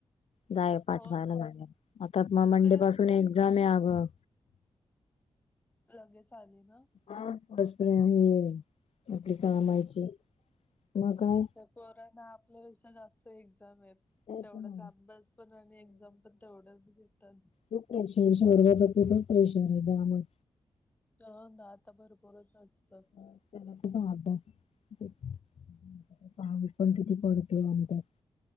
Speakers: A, on the left; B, on the left.
A: जाय पाठवायला
B: हो ना
A: लागेल आता म मंडे
B: तेच
A: पासून एक्झाम ये अगं.
B: लगेच आली ना?
A: हाप आपली सहामायची म काय?
B: पोराना आपल्यापेक्षा जास्त एक्झाम आहेत.
A: त्याच
B: तेवढाच
A: ना
B: अभ्यास पण आणि एक्झाम पण तेवढच घेतात.
A: खू परशान शहरग प्रती पण परेशान आहे गामात.
B: हो ना आता भरपूरच असतं.
A: <inaudible>